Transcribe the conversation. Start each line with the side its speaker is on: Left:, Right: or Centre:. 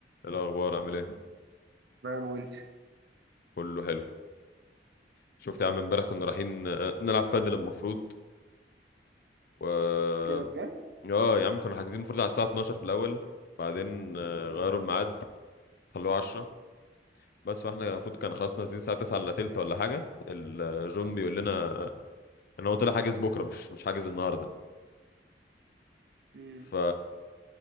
Left: إيه الأخبار عامل ايه؟
Right: تمام وانت
Left: كله حلو شفت يا عم امبارح كنا رايحين آه، نلعب بادل المفروض و
Right: ايه ده بجد؟
Left: اه يا عم كنا حاجزين المفروض على الساعة 12 في الأول بعدين آه، غيروا الميعاد خلوه 10 بس فاحنا المفروض كان خلاص نازلين الساعة 9 إلا تلت ولا حاجة الجون بيقول لنا آه، إن هو طلع حاجز بكرة مش مش حاجز النهاردة
Right: امم
Left: ف